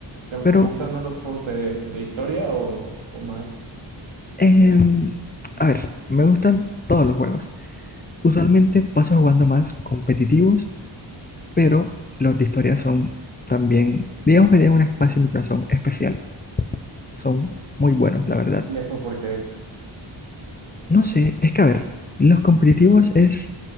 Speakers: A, on the right; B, on the left.
A: te gustan
B: Pero,
A: más los juegos de, de historia o, o más?
B: em,
A: eh,
B: a ver, me gustan todos los juegos. Usualmente paso jugando más competitivos, pero los de historia son también, digamos que tienen un espacio en mi corazón especial. Son muy buenos, la verdad.
A: ¿y eso por qué es?
B: No sé, es que a ver, los competitivos es